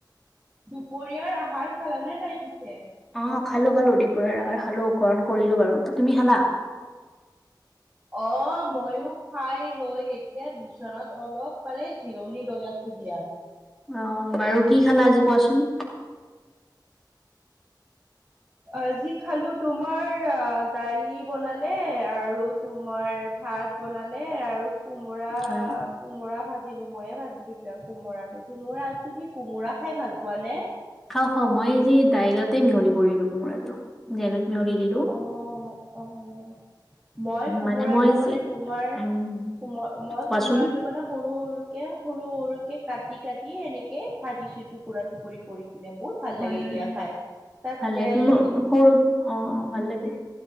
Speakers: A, on the right; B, in the centre.
A: দুপৰীয়াৰ আহাৰ খালানে নাই পিছে?
B: অ', খালোঁ খালোঁ। দুপৰীয়াৰ আহাৰ খালোঁ, গ্ৰহণ কৰিলো বাৰু। তুমি খালা?
A: অ'। ময়ো খাই লৈ এতিয়া বিচনাত অলপ মানে জিৰণি লৈ আছো দিয়া।
B: অহ। বাৰু কি খালা আজি কোৱাচোন।
A: অ যি খালো তোমাৰ অ দালি বনালে আৰু তোমাৰ ভাত বনালে আৰু কোমোৰা
B: হয়
A: কোমোৰা ভাজিলো মইয়ে ভাজিলো দিয়া। কোমোৰাটো তো তুমি কোমোৰা খাই ভাল পোৱা নে?
B: খাওঁ খাওঁ মই আজি দাইলতে মিহলি কৰিলো কোমোৰাটো দাইলত মিহলি দিলো
A: অ', অ'। মই কোমোৰাটো
B: মানে মই
A: মানে
B: যে
A: তোমাৰ
B: উম
A: কোম মই
B: কোৱাচোন
A: কোমোৰাটো মানে সৰু সৰু কে সৰু সৰুকে কাটি কাটি এনেকে ভাজিছো টুকুৰা টুকুৰি কৰি। পিনে বহুত ভাল
B: হয়
A: লাগে
B: হয়
A: দিয়া খাই তাত
B: ভাল
A: তেল
B: লাগে কোমল
A: দিছো
B: সৰুত অ ভাল লাগে।